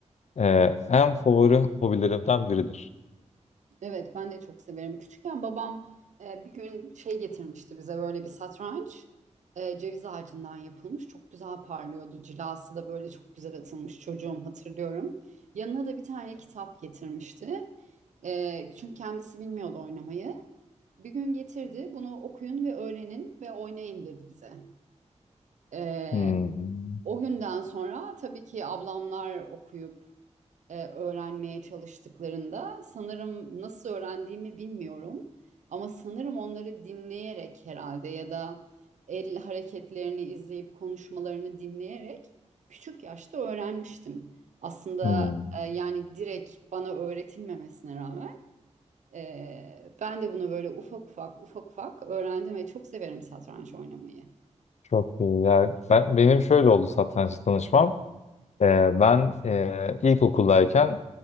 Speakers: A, on the left (about 70°); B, on the right (about 80°).
A: e, en favori hobilerimden biridir.
B: Evet ben de çok severim. Küçükken babam e, bir gün şey getirmişti bize böyle bir satranç. E, ceviz ağacından yapılmış. Çok güzel parlıyordu. Cilası da böyle çok güzel atılmış çocuğum hatırlıyorum. Yanına da bir tane kitap getirmişti. E, çünkü kendisi bilmiyordu oynamayı. Bir gün getirdi. Bunu okuyun ve öğrenin ve oynayın dedi bize. E,
A: Hmm.
B: o günden sonra tabii ki ablamlar okuyup e, öğrenmeye çalıştıklarında sanırım nasıl öğrendiğimi bilmiyorum ama sanırım onları dinleyerek herhalde ya da el hareketlerini izleyip konuşmalarını dinleyerek küçük yaşta öğrenmiştim. Aslında
A: Hmm.
B: e, yani direkt bana öğretilmemesine rağmen e, ben de bunu böyle ufak ufak ufak ufak öğrendim ve çok severim satranç oynamayı.
A: Çok iyi. Yani ben, benim şöyle oldu satrançla tanışmam. Ee, ben e, ilkokuldayken